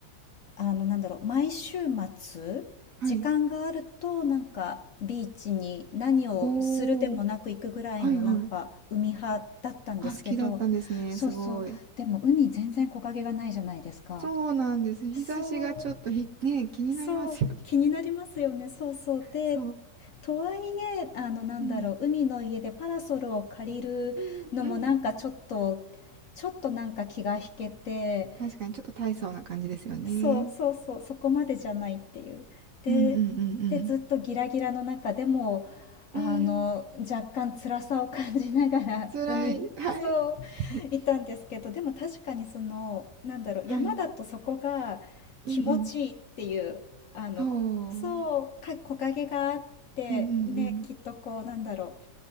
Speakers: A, on the left; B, on the right.
A: あの、なんだろう、毎週末、
B: はい。
A: 時間があると、なんか、ビーチに何をするでもなく行くぐらいの、
B: おー、はい、はい。
A: なんか、海派だったんですけど、
B: あ、好きだったんですね。
A: そうそう、
B: すごい。
A: でも海全然木陰がないじゃないですか。
B: そうなんです。日差しがちょっとひ、
A: そう、
B: ね、気になりますよね。
A: そう、気になりますよね、そうそう。で、
B: そう。
A: とはいえ、あの、なんだろう、
B: うん。
A: 海の家でパラソルを借りるのもなんかちょっと、
B: うんうん。
A: ちょっとなんか気が引けて、
B: 確かにちょっと大層な感じですよね。
A: そうそうそう、そこまでじゃないっていう。で、
B: うんうんうん
A: で、ずっとギラギラの中でも、あの、
B: うん。うん。
A: 若干辛さを感じながら
B: 辛い。
A: <laughs> 海に、
B: はい。
A: そう、
B: <laughs>
A: いたんですけど、でも確かにその、なんだろう、
B: はい。
A: 山だとそこが気持ちいいっていう、
B: うんうん。
A: あの、
B: そう。
A: そう、か、木陰があって、
B: うんうんうん。
A: ね、きっとこう、なんだろう、